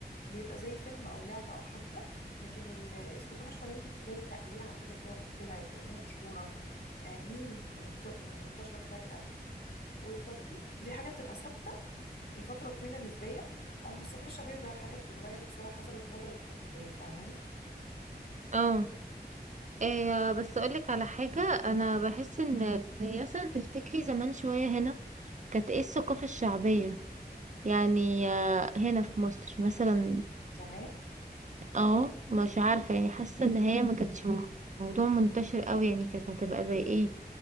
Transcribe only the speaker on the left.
بيبقى زي فيلم او لعبة او حفلة لكن ال- الثقافة الشعبية دي زي تقليعة كده طلع- طلعت اغنية مشهورة آه، ميم منت- م- انتشر فجأة والترفيه دي حاجة بتبقى ثابتة لفترة طويلة نسبيا اما الثقافة الشعبية ده حاجة بتتغير بسرعة حسب الموضة والترندات فاهماني
زمان